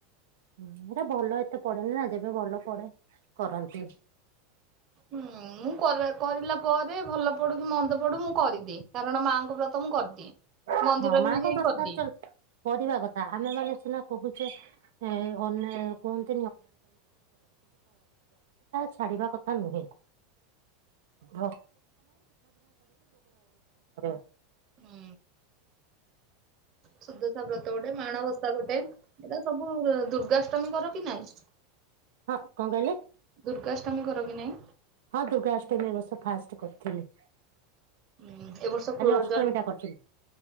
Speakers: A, on the right; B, on the right.
A: ଏଟା ଭଲ ଏତେ ପଡ଼େନି ନା, ଯେବେ ଭଲ ପଡ଼େ କରନ୍ତି।
B: ହୁଁ---ମୁଁ କ-ଲା, କରିଲା ପରେ ଭଲ ପଡୁ କି ମନ୍ଦ ପଡୁ ମୁଁ କରିଦିଏ, କାରଣ ମାଆଙ୍କ ବ୍ରତ ମୁଁ
A: ହଁ!
B: ମନ୍ଦିରରେ
A: ମାଆଙ୍କ
B: ବି ଯାଇ
A: ବ୍ରତ
B: କରିଦିଏ।
A: କରିବା କଥା। ଆମେ ମାନେ ସିନା କ <inaudible> କ, ବ୍ରତଟା ଛାଡିବା କଥା ନୁହେଁ। ର <inaudible>
B: ହୁଁ, ସୁୁଦଶା ବ୍ରତ ଗୋଟେ ମାଣବସା ଗୋଟେ ଏଇଟା ସବୁ ଦୁର୍ଗାଷ୍ଟମୀ କର କି ନାଇଁ?
A: କ'ଣ କଇଲେ?
B: ଦୁର୍ଗାଷ୍ଟମୀ କର କି ନାଇଁ?
A: ହଁ! ଦୁର୍ଗା ଅଷ୍ଟମୀ, ଏ ବର୍ଷ ଫାଷ୍ଟ୍ କର୍ଥିଲି।
B: ଏ ବର୍ଷ
A: ଅଷ୍ଟମୀ
B: ଜନ୍‌
A: ଟା କରିଥିଲି